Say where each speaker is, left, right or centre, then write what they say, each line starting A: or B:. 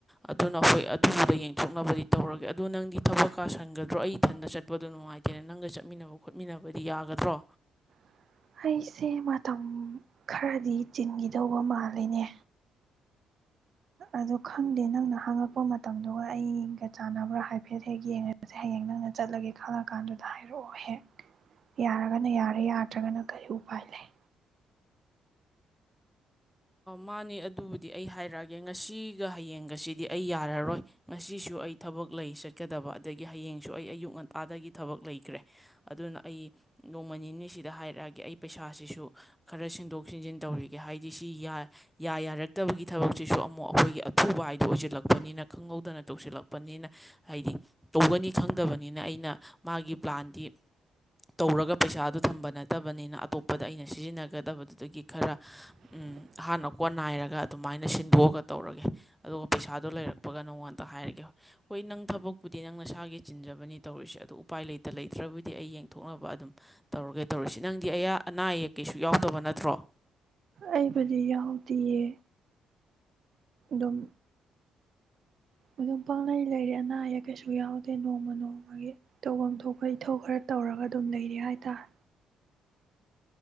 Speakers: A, in the centre; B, on the right.
A: ꯑꯗꯨꯅ ꯑꯩꯈꯣꯏ ꯑꯊꯨꯕꯗ ꯌꯦꯡꯊꯣꯛꯅꯕꯗꯤ ꯇꯧꯔꯒꯦ ꯑꯗꯨ ꯅꯪꯗꯤ ꯊꯕꯛ ꯀꯥ ꯁꯟꯒꯗ꯭ꯔꯣ ꯑꯩ ꯊꯛ ꯃꯊꯟꯗ ꯆꯠꯄꯗꯣ ꯅꯨꯡꯉꯥꯏꯇꯦꯅ ꯅꯪꯒ ꯆꯠꯃꯤꯟꯅꯕ ꯈꯣꯠꯃꯤꯟꯅꯕꯗꯤ ꯌꯥꯒꯗ꯭ꯔꯣ
B: <unintelligible> ꯑꯩꯁꯦ ꯃꯇꯝ ꯈꯔꯗꯤ ꯆꯤꯟꯈꯤꯗꯧꯕ ꯃꯥꯜꯂꯤꯅꯦ ꯑꯗ ꯈꯪꯗꯦ ꯅꯪꯅ ꯍꯥꯡꯉꯛꯄ ꯃꯇꯝꯗꯨꯒ ꯑꯩꯒ ꯆꯥꯟꯅꯕ꯭ꯔꯥ ꯍꯥꯏꯐꯦꯠ ꯍꯦꯛ ꯌꯦꯡꯉꯔꯁꯦ ꯍꯌꯦꯡ ꯅꯪ ꯀꯪꯅ ꯆꯠꯂꯒꯦ ꯈꯪꯉ ꯀꯥꯟꯗꯨꯗ ꯍꯥꯏꯔꯛꯑꯣ ꯍꯦꯛ ꯌꯥꯔꯒꯅ ꯌꯥꯔꯦ ꯌꯥꯗ꯭ꯔꯒꯅ ꯀꯔꯤ ꯎꯄꯥꯏ ꯂꯩ
A: ꯃꯥꯅꯦ ꯑꯗꯨꯕꯨꯗꯤ ꯑꯩ ꯍꯥꯏꯔꯛꯑꯒꯦ ꯉꯁꯤꯒ ꯍꯌꯦꯡꯒꯁꯤꯗꯤ ꯑꯩ ꯌꯥꯔꯔꯣꯏ ꯉꯁꯤ ꯁꯨ ꯑꯩ ꯊꯕꯛ ꯂꯩ ꯆꯠꯀꯗꯕ ꯑꯗꯒꯤ ꯍꯌꯦꯡꯁꯨ ꯑꯩ ꯑꯌꯨꯛ ꯉꯟꯇꯥꯗꯒꯤ ꯊꯕꯛ ꯂꯩꯈ꯭ꯔꯦ ꯑꯗꯨꯅ ꯑꯩ ꯅꯣꯡꯃ ꯅꯤꯅꯤꯁꯤꯗ ꯍꯥꯏꯔꯛꯑꯒꯦ ꯑꯩ ꯄꯩꯁꯥꯁꯤꯁꯨ ꯈꯔ ꯁꯦꯝꯗꯣꯛꯖꯤꯟ ꯇꯧꯔꯤꯒꯦ ꯍꯥꯏ ꯁꯤ ꯌꯥ ꯌꯥꯔꯛꯇꯕꯒꯤ ꯊꯕꯛꯁꯤꯁꯨ ꯑꯃꯨꯛ ꯑꯩꯈꯣꯏꯒꯤ ꯑꯊꯨꯕ ꯍꯥꯏꯗꯣ ꯑꯣꯏꯁꯤꯜꯂꯛꯄꯅꯤꯅ ꯈꯪꯍꯧꯗꯅ ꯇꯧꯁꯤꯜꯂꯛꯄꯅꯤꯅ ꯍꯥꯏꯗꯤ ꯇꯧꯒꯅꯤ ꯈꯪꯗꯕꯅꯤꯅ ꯑꯩꯅ ꯃꯥꯒꯤ ꯄ꯭ꯂꯥꯟꯗꯤ ꯇꯧꯔꯒ ꯄꯩꯁꯥ ꯑꯗꯨ ꯊꯝꯕ ꯅꯠꯇꯕꯅꯤꯅ ꯑꯇꯣꯞꯄꯗ ꯑꯩꯅ ꯁꯤꯖꯤꯟꯅꯒꯗꯕꯗꯨꯗꯒꯤ ꯈꯔ
B: <inaudible>
A: ꯑꯍꯥꯟꯅ ꯀꯣ ꯅꯥꯏꯔꯒ ꯑꯗꯨꯃꯥꯏꯅ ꯁꯤꯟꯗꯣꯛꯑꯒ ꯇꯧꯔꯒꯦ ꯑꯗꯨꯒ ꯄꯩꯁꯥꯗꯣ ꯂꯩꯔꯛꯄꯒ ꯅꯉꯣꯟꯇ ꯍꯥꯏꯔꯒꯦ ꯍꯣꯏ ꯅꯪ ꯊꯕꯛꯄꯨꯗꯤ ꯅꯪ ꯅꯁꯥꯒꯤ ꯆꯤꯟꯖꯕꯅꯤ ꯇꯧꯔꯤꯁꯦ ꯑꯗꯨ ꯎꯄꯥꯏ ꯂꯩꯇ ꯂꯩꯇ꯭ꯔꯕꯨꯗꯤ ꯑꯩ ꯌꯦꯡꯊꯣꯛꯅꯕ ꯑꯗꯨ ꯑꯗꯨꯝ ꯇꯧꯔꯒꯦ ꯇꯧꯔꯁꯤ ꯅꯪꯗꯤ ꯑꯌꯥ ꯑꯅꯥ ꯑꯌꯦꯛ ꯀꯩꯁꯨ ꯌꯥꯎꯗꯕ ꯅꯠꯇ꯭ꯔꯣ
B: ꯑꯩꯕꯗꯤ ꯌꯥꯇꯌꯦ ꯗꯝ ꯑꯗꯨꯝ ꯄꯥꯛꯅꯩ ꯂꯩꯔꯦ ꯑꯅꯥ ꯑꯌꯦꯛ ꯀꯩꯁꯨ ꯌꯥꯎꯗꯦ ꯅꯣꯡꯃ ꯅꯣꯡꯃꯒꯤ ꯇꯧꯐꯝ ꯊꯣꯛꯄ ꯏꯊꯧ ꯈꯔ ꯇ ꯇꯧꯔꯒ ꯑꯗꯨꯝ ꯂꯩꯔ ꯍꯥꯏꯇꯥꯔꯦ